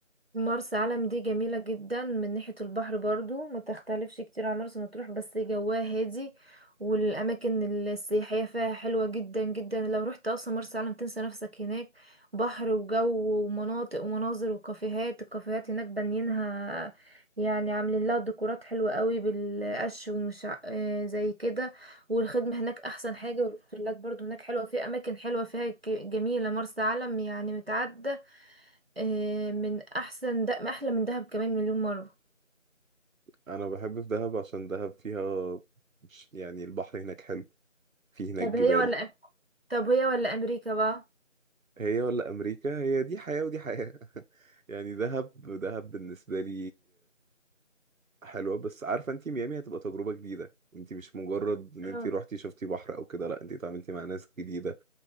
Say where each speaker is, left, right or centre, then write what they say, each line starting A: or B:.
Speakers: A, on the right; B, on the right.
A: مرسى علم دي جميلة جدا من ناحية البحر برضو ما تختلفش كتير عن مرسى مطروح بس جواها هادي والأماكن السياحية فيها حلوة جدا جدا لو رحت أصلا مرسى علم تنسى نفسك هناك بحر وجو ومناطق ومناظر وكافيهات الكافيهات هناك بانيينها يعني عاملين لها ديكورات حلوة قوي بالقش ومش ع- آه زي كده والخدمة هناك أحسن حاجة والأوتيلات برضو هناك حلوة في أماكن حلوة فيها ك- جميلة مرسى علم يعني متعدة آه، من احسن ده احلى من دهب كمان مليون مرة
B: انا بحب في دهب عشان دهب فيها مش- يعني البحر هناك حلو في هناك
A: طب
B: جبال
A: هي ولا أم- طب هي ولا امريكا بقى
B: هي ولا امريكا هي دي حياة ودي حياة <laughs> يعني دهب دهب بالنسبة لي حلوة بس عارفة انتي ميامي هتبقى تجربة جديدة انتي مش مجرد ان
A: اه
B: انتي روحتي شفتي بحر او كده لا انتي اتعاملتي مع ناس جديدة